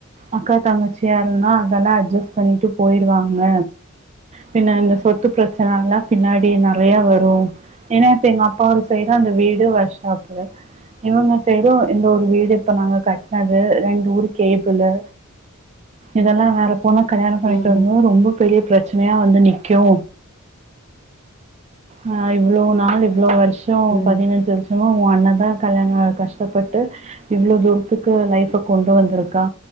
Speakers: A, on the right; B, on the left.
A: அக்கா தங்கச்சியாருன்னா அதெல்லா அட்ஜஸ்ட் பண்ணிட்டு போயிருவாங்க பின்ன இந்த சொத்து பிரச்சன எல்லா பின்னாடி நறைய வரு ஏன்னா இப்ப எங்க அப்பா ஒரு சைடு அந்த வீடு ஒர்க் ஷாப்பு இவங்க சைடூ இந்த ஒரு வீடு இப்ப நாங்க கட்னது ரெண்டு ஊர் கேபிளு இதெல்லா வேற பொண்ண கல்யாணம் பண்ணிட்டு
B: ம்
A: வரம்போது
B: ம்
A: ரொம்ப பெரிய பிரச்சனையா வந்து நிக்கூ அ இவ்வளோ நாள் இவ்வளோ வருஷோ
B: ம்
A: பதினஞ்சு வருஷமா உன் அண்ண தா கல்யாணொ கஷ்டப்பட்டு இவ்ளோ தூரத்துக்கு லைஃப் அ கொண்டு வந்துருக்கா